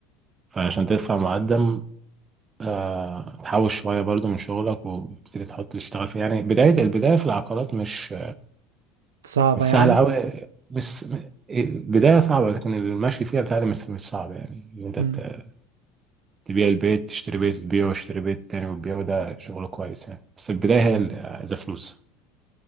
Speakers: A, on the right (about 30°); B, on the right (about 75°).
A: فعشان تدفع مقدم آه، تحوش شوية برضو من شغلك وتبتدي تحط تشتغل فيه يعني بداية البداية في العقارات مش
B: صعبة
A: مش سهلة
B: يعني
A: أوي مش م- البداية صعبة لكن المشي فيها بتاعي مش مش صعب يعني إن أنت
B: مم.
A: ت- تبيع البيت تشتري بيت وتبيعه وتشتري بيت تاني وتبيعه ده شغل كويس يعني بس البداية هي اللي عايزة فلوس